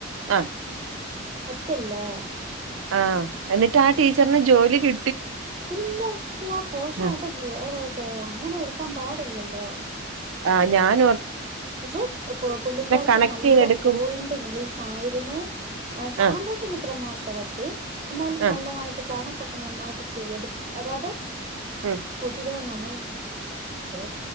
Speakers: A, on the right (about 85°); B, on the right (about 30°).
A: ആഹ്
B: തെറ്റല്ലേ?
A: ആഹ് എന്നിട്ട് ആ ടീച്ചറിന് ജോലി കി
B: ഇല്ല ഇല്ല പോഷാ
A: ആഹ്
B: അതല്ലോ ഏഹ് ഏഹ് അങ്ങനെ എടുക്കാൻ പാടില്ലല്ലോ
A: ആഹ് ഞാനു
B: പക്ഷേ പുള്ളിക്കാരിത്തി
A: കണക്ട്
B: നല്ല
A: ചെയ്തെടുക്കും
B: ഫ്ലുഎന്റെ ഇംഗ്ലീഷ് ആയിരുന്നു ഹാൻഡ്‌റൈറ്റിംഗ്
A: ആഹ്
B: ഇത്തിരി മോശ <unintelligible> എന്നാലും
A: ആഹ്
B: നല്ലത് ആയിട്ട് ക്ലാസ്സ് ഒക്കെ നന്നായിട്ട് ചെയ് എടു അതത്
A: ഉം
B: പൊതുവെ നമ്മൾ ടീച്ചമാർക്ക്